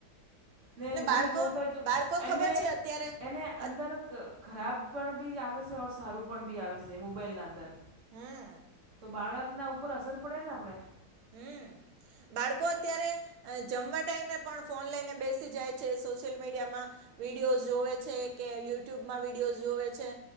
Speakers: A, on the right; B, on the right.
A: ને રીલ
B: બાળકો
A: જોતો જ
B: બાળકો
A: એને
B: ખબર છે અત્યારે
A: એને અંદર
B: અત-
A: ર ખરાબ પણ ભી આવે છે અ સારું પણ ભી આવે છે મોબાઈલ ના અંદર
B: હમમમ
A: તો બાળકના ઉપર અસર પડે ને આપણેે.
B: હમમમ બાળકો અત્યારે જમવા ટાઈમે પણ ફોન લઈને બેસી જાય છે સોશિયલ મીડિયામાં વિડીયોસ જોવે છે કે યુટ્યુબમાં વિડીયો જોવે છે